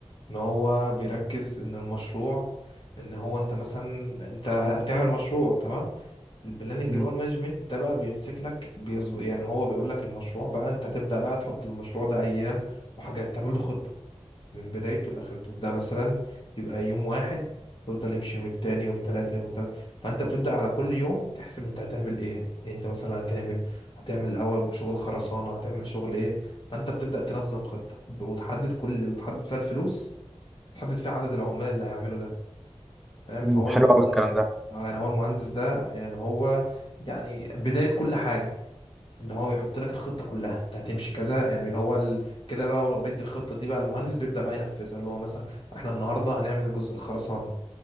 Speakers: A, on the left; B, in the centre.
A: ان هو بيركز ان المشروع ان هو انت مثلا انت هتعمل مشروع تمام البلاننج
B: مم.
A: بقى والمانجمنت ده بقى بيمسك لك بيظبط يعني هو بيقول لك المشروع بقى انت هتبدأ بقى تحط المشروع ده ايام وحاجات تعمل له خطة من بدايته لاخرته ده مثلا يبقى يوم واحد تفضل يمشي يوم التاني يوم تلاتة يوم تلاتة فانت بتبدأ على كل يوم تحسب انت هتعمل ايه انت مثلا هتعمل هتعمل الاول شغل خرسانة هتعمل شغل ايه فانت بتبدأ تنظم خطة وتحدد كل وتحدد فيها الفلوس تحدد فيها عدد العمال اللي هيعملوا ده فاهم
B: مم.
A: فهو
B: حلو
A: المهندس
B: قوي الكلام ده
A: آه، يعني هو المهندس ده يعني هو يعني بداية كل حاجة ان هو بيحط لك الخطه كلها انت هتمشي كذا يعني اول كده بقى ولو بيدي الخطه دي بقى المهندس بيبدا بقى ينفذها اللي هو مثلا احنا النهارده هنعمل جزء الخرسانه